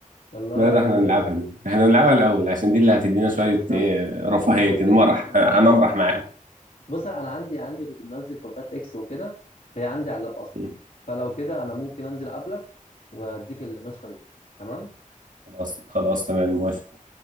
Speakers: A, on the left; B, on the right.
A: والله
B: لا ده احنا
A: جميله
B: هنلعبها
A: جدا
B: دي احنا هنلعبها الاول عشان دي اللي هتدينا شويه
A: بالظبط
B: ايه رفاهيه
A: دي حرفيا
B: كده مرح
A: انت
B: هنمرح معاهم
A: بص انا عندي عندي كنت منزل كومبات اكس وكده فهي عندي على اللاب اصلا
B: مم.
A: فلو كده انا ممكن انزل اقابلك واديك النسخه دي تمام
B: خلاص خلاص تمام موافق